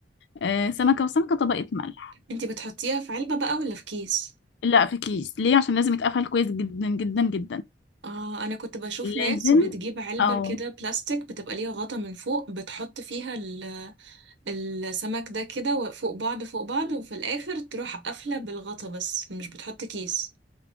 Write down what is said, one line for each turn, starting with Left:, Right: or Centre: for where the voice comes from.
Left: آه، سمكة وسمكة طبقة ملح
Right: انتي بتحطيها في علبة بقى ولا في كيس
Left: لا في كيس ليه عشان لازم يتقفل كويس جدا جدا جدا
Right: اه انا كنت بشوف ناس
Left: لازم
Right: بتجيب علبة
Left: او
Right: كده بلاستيك بتبقى ليها غطا من فوق بتحط فيها ال- السمك ده كده و- فوق بعض فوق بعض وفي الاخر تروح قافلة بالغطا بس مش بتحط كيس